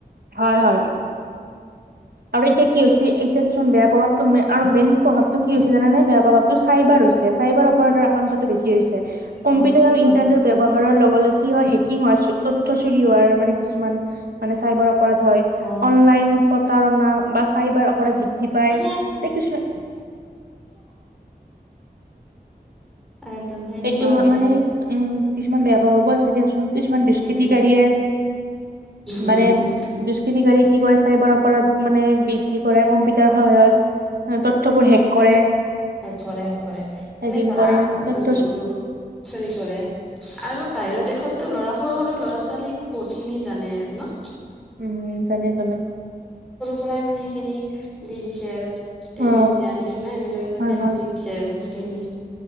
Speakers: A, on the right (about 70°); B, in the centre.
A: হয় হয় আৰু এতিয়া কি হৈছে এতিয়া কিছু বেয়া প্ৰভাৱ টো মে আৰু মেইন প্ৰভাৱ টো কি হৈছে জানানে বেয়া প্ৰভাৱটো চাইবাৰ হৈছে চাইবাৰ অপৰাধৰ আকাংক্ষাটো বেছি ছি হৈছে কম্পিউটাৰৰ
B: অ সেইটো হয়
A: ইন্টানেটৰ ব্যৱহাৰৰ লগে লগ কি হয় হেকিং হয় চ ত চুৰি হোৱাৰ মানে কিছুমান মানে চাইবাৰ অপ ওপৰত হয়
B: অ
A: অনলাইন পটাৰনা চাইবাৰ অপৰাধী ঠিপাই
B: অ
A: এই কিছুমা
B: তাকেতো সেনেকুৱা
A: সেইটো
B: হৈছে
A: হয় মানে
B: আৰু
A: উম কিছুমান বেয়া প্ৰভাৱবো আছে সে দিয়াচোন কিছুমান দুষ্কৃতিকাৰীয়ে
B: উম উম
A: মানে
B: উম
A: দুষ্কৃতিকাৰীয়ে কি কৰে চাইবাৰ অপৰাধ মানে বৃদ্ধি কৰে কম্পিটাৰ সহায়ত তথ্যবোৰ শেষ কৰে
B: হেক কৰে সেক কৰে
A: চেগিং
B: এনে ধৰা
A: কৰে ত
B: উম উম চৰো চৰে আৰু বাহিৰৰ দেশ হতো ল'ৰা সৰু সৰু ল'ৰা ছোৱালীও বহুত খিনি জানে আৰু ন
A: উম যানে যানে
B: প্লাই মানে সেইখিনিক দি দিছে আৰু ট্ৰেইনিং
A: অ
B: দিয়াৰ নিচিনা এনেকুৱা কা
A: হয়
B: ট্ৰেইনিং দি দিছে আৰু গোটেইখিনি